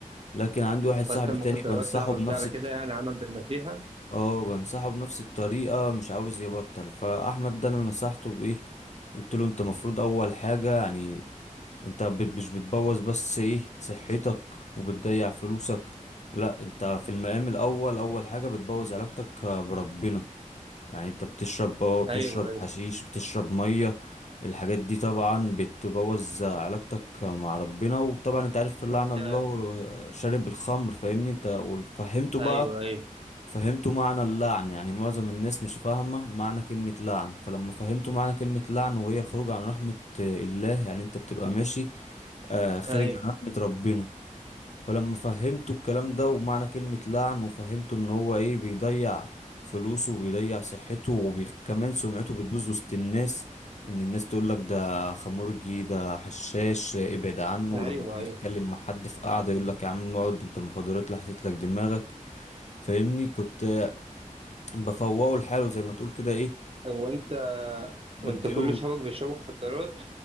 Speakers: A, on the left; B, on the right.
A: لكن عندي واحد صاحبي
B: حتى المخدرات
A: تاني بنصحه
B: صاحبك
A: بنفس
B: ده على كده يعني عمل بالنصيحة
A: اه بنصحه بنفس الطريقة مش عاوز يبطل فأحمد ده أنا نصحته بإيه قلت له أنت مفروض أول حاجة يعني أنت بت- مش بتبوظ بس إيه صحتك وبتضيع فلوسك لأ أنت في المقام الأول أول حاجة بتبوظ علاقتك بربنا يعني أنت بتشرب اه بتشرب
B: ايوه ايوه
A: حشيش بتشرب مية الحاجات دي طبعا بتبوظ علاقتك مع ربنا وطبعا انت عارف لعن
B: وانت
A: الله شارب الخمر فاهمني انت وفهمته بقى
B: ايوه ايوه
A: فهمت معنى اللعن يعني معظم الناس مش فاهمة معنى كلمة لعن فلما فهمتوا معنى كلمة لعن وهي الخروج عن رحمة الله يعني انت بتبقى ماشي آه، خارج
B: ايوه
A: عن رحمة ربنا فلما فهمتوا الكلام ده ومعنى كلمة لعن وفهمتوا ان هو ايه بيضيع فلوسه وبيضيع صحته وكمان سمعته بتبوظ وسط الناس ان الناس تقولك ده خمرجي ده حشاش آه، ابعد عنه
B: ايوه
A: ولما تيجي
B: ايوه
A: تتكلم مع حد في قعدة يقولك يا عم اقعد انت المخدرات لحست لك دماغك فاهمني كنت بفوقه لحاله زي ما تقول كده ايه
B: طب وانت
A: بديله
B: وانت كل اصحابك بيشربوا مخدرات